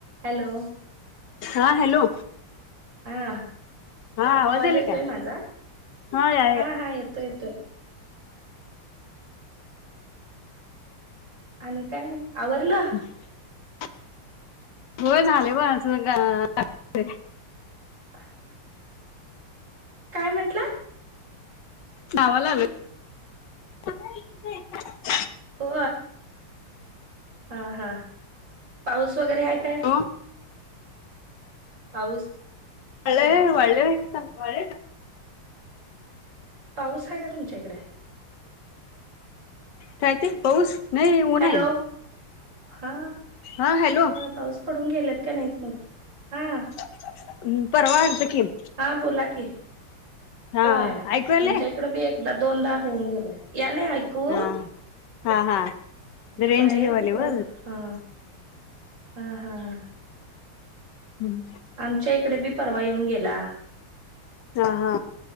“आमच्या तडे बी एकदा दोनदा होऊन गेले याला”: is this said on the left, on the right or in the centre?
Right